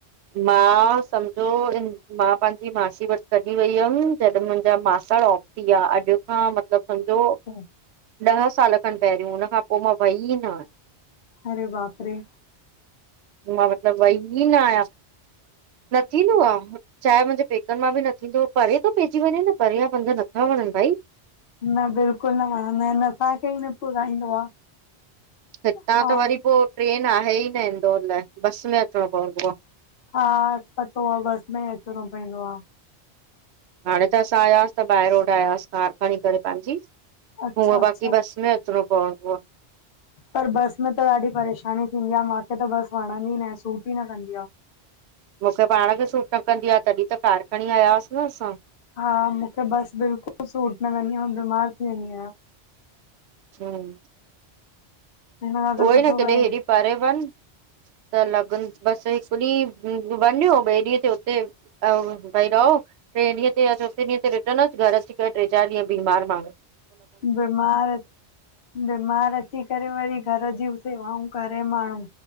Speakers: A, on the right; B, on the left.
A: न सम्झो इन। मां पांजी मासी वट तढी वई हुयम जॾ मुंहिंजा मासड़ ऑफ थीया अॼु खां मतलब समझो।
B: हा।
A: ॾह साल खन पहिरियों हुन खां पो मां वई न आयां।
B: अरे वापरे।
A: मां मतलब वई न आयां, न थींदो आ। चाहे मुंहिंजे पेकन मां बि न थींदो परे थो पइजी वञे न परे ज पंध नथा वणन भाई।
B: न बिल्कुल न वणंदा आहिन असांखे ई न पुराईंदो आ।
A: हितां
B: हा
A: त वरी पो ट्रेन आहे ई न इंदौर ला बस में अचणो पवंदो आ।
B: हा, पतो आ बस में ई अचणो पयंदो आ।
A: हाणे त असां आयासीं त ॿाहिर रोड आयास कार खणी करे पंहिंजी।
B: अच्छा
A: हूअं
B: अच्छा
A: बाक़ी बस में अचणो पवंदो आ।
B: पर बस में त ॾाढी परेशानी थींदी आ माँखे त बस वणंदी न आहे सूट ई न कंदी आ।
A: मूंखे पाण खे सूट न कंदी आ तॾहिं त कार खणी आयांस न असां।
B: हा मूंखे बस बिल्कुल सूट नकदीयां मां बीमार थी वेंदी आहियां।
A: हं।
B: हिन खां
A: उहो
B: त सुठो
A: ई न कॾे
B: आहे
A: हेेरी परे वन। त ल लगन बस हिकॾीं हुं वञो ॿिए ॾींहं ते हुते। आऊ भाईरव। ट्रे ॾींहं या चोथेॾींहं ते रिटर्न घर अची करे ट्रे चार ॾींह बीमार मांण्हूँ।
B: बीमार। बीमार अची करे वरी घर जी सेवाऊं करे माण्हू।